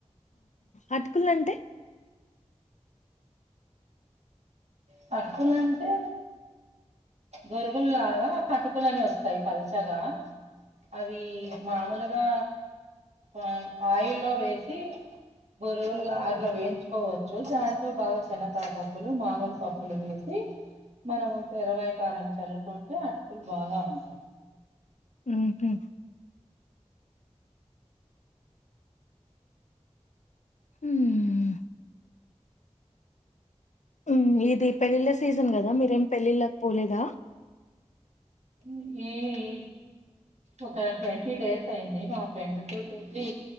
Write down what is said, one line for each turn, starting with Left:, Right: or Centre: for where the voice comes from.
Left: అటుకులంటే?
Right: <unintelligible> అంటే గరువుల్లాగా అటుకులని వస్తాయి పల్చగా అవి మామూలుగా ఆ ఆయి లో వేసి బొరుగులు గార్ల వేయించుకోవ చ్చు దాంట్లో బాగా చిన్నకాయ పప్పులు మామూలు పప్పులు వేసి మనము తెరవయకారం చల్లుకుంటే అటుకులు బాగా ఉంటాయి.
Left: ఉహు హుమ్ మ్ ఇది పెళ్ళిళ్ళ సీజన్ కదా మీరేం పెళ్ళిళ్ళక పోలేదా?
Right: మ్ ఏవి ఒక ట్వంటీ డేస్ అయింది మా ఫ్రెండ్ టూ ట్వంటీ